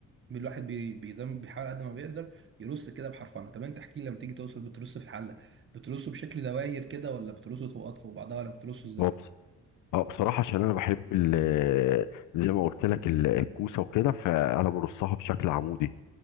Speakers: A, on the right; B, on the left.
A: الواحد بي بي- زي ما بيحاول قد ما بيقدر يرص كده بحرفنه طب انت احكي لي لما تيجي توصل بترص في الحله بترصه بشكل دواير كده ولا بترصه طبقات فوق بعضها ولا بترصه ازاي
B: هو بص- آه، بصراحه عشان انا بحب ال- زي ما قلت لك ال- الكوسه وكده فانا برصها بشكل عمودي